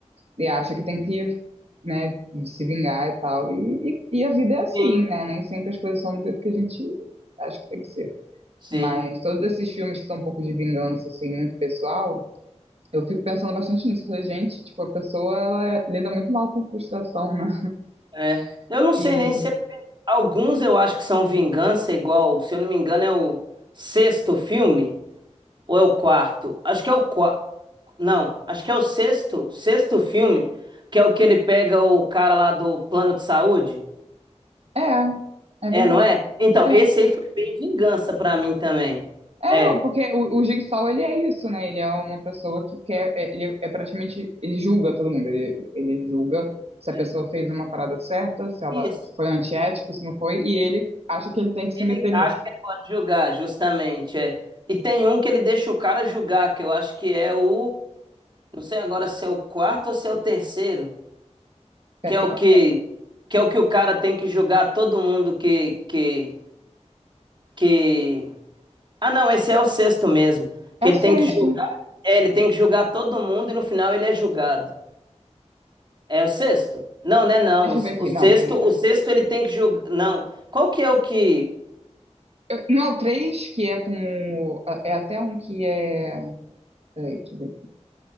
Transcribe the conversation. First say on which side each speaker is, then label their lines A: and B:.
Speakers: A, on the right; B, on the right.
A: e acha que tem que, né, se vingar e tal. E, e, e a vida é assim,
B: Sim.
A: né? Nem sempre as coisas são do jeito que a gente acha que tem que ser.
B: Sim.
A: Mas todos esses filmes que são um pouco de vingança, assim, muito pessoal eu fico pensando bastante nisso. Falei, gente, tipo, a pessoa, ela é- lida muito mal com frustração, né?
B: É. Eu não sei
A: E
B: nem se é... Alguns eu acho que são vingança, igual, se eu não me engano, é o sexto filme, ou é o quarto? Acho que é o quarto. Não, acho que é o sexto, sexto filme, que é o que ele pega o cara lá do plano de saúde.
A: é, é
B: É,
A: verdade.
B: não é? Então,
A: É,
B: esse aí foi bem vingança pra mim também.
A: é
B: É.
A: porque o, o Jigsaw, ele é isso, né? Ele é uma pessoa que quer, é- ele é praticamente, ele julga todo mundo. Ele, ele julga se
B: É,
A: a pessoa fez uma parada certa, se ela
B: Isso.
A: se foi antiético, se não foi, e ele acha que ele tem que se
B: E Ele
A: meter nisso.
B: acha que ele pode julgar, justamente, é. E tem um que ele deixa o cara julgar, que eu acho que é o, não sei agora se é o quarto ou se é o terceiro,
A: É,
B: que é
A: eu-
B: o que que é o que o cara tem que julgar todo mundo que que que Ah, não, esse é o sexto mesmo,
A: é
B: que ele
A: o sexto.
B: tem que julgar, é, ele tem que julgar todo mundo e no final ele é julgado. É o sexto? Não, né, não.
A: Deixa
B: O,
A: eu ver aqui.
B: o sexto,
A: Não, peraí.
B: o sexto ele tem que julgar, não. Qual que é o que
A: Eu- não é o três, que é com o, é até um que é, peraí, deixa eu ver.